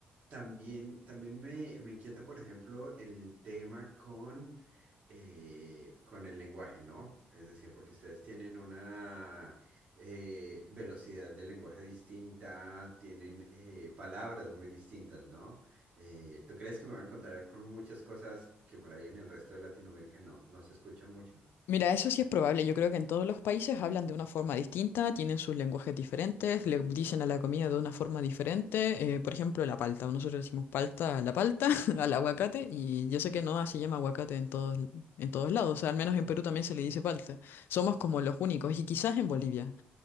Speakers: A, on the right; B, on the left.
A: también, también me, me inquieta, por ejemplo, el tema con, eh, con el lenguaje, ¿no? Es decir, porque ustedes tienen una eh, velocidad de lenguaje distinta, tienen eh, palabras muy distintas, ¿no? Eh, ¿tú crees que me voy a encontrar con muchas cosas que por ahí en el resto de Latinoamérica no, no se escuchan mucho?
B: Mira, eso sí es probable. Yo creo que en todos los países hablan de una forma distinta, tienen sus lenguajes diferentes, le dicen a la comida de una forma diferente. Eh, por ejemplo, la palta. Nosotros decimos palta a la palta, <laughs> al aguacate, y yo sé que no se llama aguacate en todos, en todos lados. O sea, al menos en Perú también se le dice palta. Somos como los únicos, y quizás en Bolivia.